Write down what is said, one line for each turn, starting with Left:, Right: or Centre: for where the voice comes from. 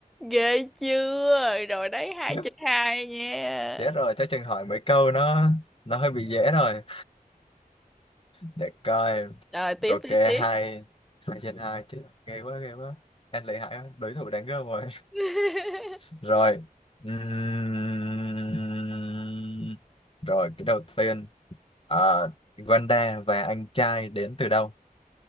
Centre: ghê chưa rồi đấy hai
Left: Tiếp,
Centre: trên hai nha
Left: thế rồi, chắc chừng hỏi mấy câu nó nó hơi bị dễ rồi. Để coi,
Centre: rồi tiếp
Left: rồi
Centre: tiếp
Left: kê
Centre: tiếp
Left: hai, hai trên hai, chứ ghê quá, ghê quá. Em lợi hại quá, đối thủ đáng gớm rồi. <laughs>
Centre: <laughs>
Left: Rồi, ừm, rồi cái đầu tiên, à, Wanda và anh trai đến từ đâu?